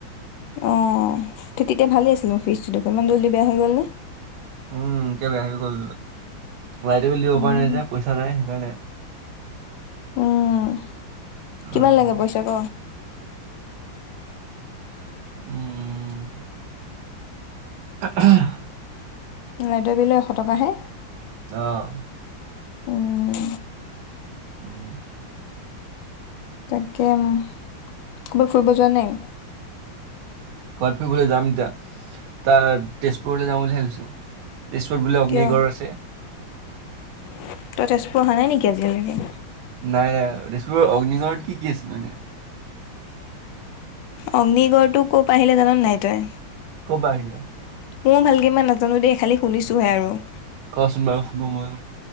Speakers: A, on the left; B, on the right.
A: অ' তে-তেতিয়া ভালে আছিল দেখোন ফ্ৰীজটো দেখোন, ইমান জল্ডি বেয়া হৈ গ'ল নে?
B: উম এতিয়া বেয়া হৈ গ'ল। লাইটৰ বিল দিব
A: উম
B: পৰা নাই যে, পইচা নাই সেইকাৰণে।
A: উম।
B: উম
A: কিমান লাগে পইচা ক?
B: উম, <unintelligible>
A: লাইটৰ বিলৰ এশ টকাহে।
B: অ'।
A: উম
B: উম
A: তাকে উম, ক'ৰবাত ফুৰিব যোৱা নাই?
B: ক'ৰবাত ফুৰিবলৈ যাম এতিয়া, তাৰ তেজপুৰলৈ যাম বুলি ভাবিছোঁ । তেজপুৰত বোলে অগ্নিগড়
A: কিয়
B: আছে?
A: তই তেজপুৰ অহা নাই নেকি আজিলৈকে?
B: নাই নাই তেজপুৰৰ অগ্নিগড়ত কি কি আছেনো এনে?
A: অগ্নিগড়টো ক'ৰ পৰা আহিলে জাননে নাই তই?
B: ক'ৰ পৰা আহিলে?
A: ময়ো ভালকে ইমান নাজানো দেই খালি শুনিছোহে আৰু ।
B: ক'চোন বাৰু শুনো ময়ো।